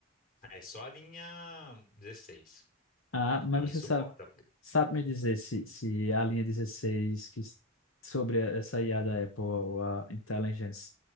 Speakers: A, on the left; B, on the left.
A: É só a linha 16
B: Ah, mas
A: que
B: você
A: suporta.
B: sabe. Sabe me dizer se, se a linha 16, que, s- sobre a- essa IA da Apple, ou a Intelligence,